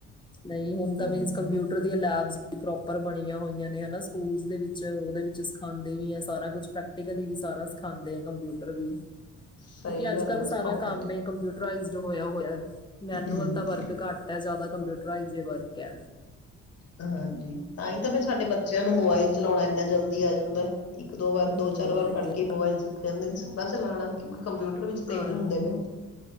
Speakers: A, on the left (about 15°); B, on the left (about 55°).
A: ਨਹੀਂ ਹੁਣ ਤਾਂ
B: ਹੂੰ।
A: ਮੀਨ ਕੰਪਿਊਟਰ ਦੀ ਲੈਬਸ ਪ੍ਰੋਪਰ ਬਣੀਆਂ ਹੋਈਆਂ ਨੇ ਹਨਾ ਸਕੂਲ ਦੇ ਵਿੱਚ ਉਹਦੇ ਵਿੱਚ ਸਿਖਾਂਦੇ ਵੀ ਹੈ ਸਾਰਾ ਕੁਛ ਪ੍ਰੈਕਟੀਕਲੀ ਵੀ ਸਾਰਾ ਸਿਖਾਉਦੇ ਆ ਕੰਪਿਊਟਰ <unintelligible> ਕਿਉਕਿ
B: ਸਹੀ
A: ਅੱਜ
B: ਗੱਲ
A: ਕੱਲ
B: ਆ
A: ਸਾਰਾ
B: ਸਿਖਾਉਂਦੇ
A: ਕੰਮ
B: ਨੇ
A: ਕੰਪਿਊਟਈਜਡ ਹੋਇਆ ਹੋਇਆ ਮੈਨੂਅਲ
B: ਹੂੰ।
A: ਤਾਂ ਵਰਕ ਘੱਟ ਹੈ ਜ਼ਿਆਦਾ ਕੰਪਿਊਟਰਾਈਸ ਵਰਕ ਐ।
B: ਹਾਂਜੀ, ਤਾਂ ਹੀ ਤਾਂ ਫਿਰ ਸਾਡੇ ਬੱਚਿਆਂ ਨੂੰ ਮੋਬਾਇਲ ਚਲਾਉਣਾ ਇੰਨਾ ਜਲਦੀ ਆ ਜਾਂਦਾ। ਇੱਕ ਦੋ ਵਾਰ,
A: ਹੋਰ
B: ਦੋ ਚਾਰ ਵਾਰ ਫੜ
A: ਕਿਆ
B: ਕੇ ਮੋਬਾਇਲ ਸਿੱਖ ਜਾਂਦੇ ਨੇ ਸਾਰਾ ਚਲਾਣਾ। <unintelligible> ਕੰਪਿਊਟਰ ਵਿੱਚ ਤੇਜ
A: ਹਾਂ
B: ਹੁੰਦੇ ਨੇ ਉਹ,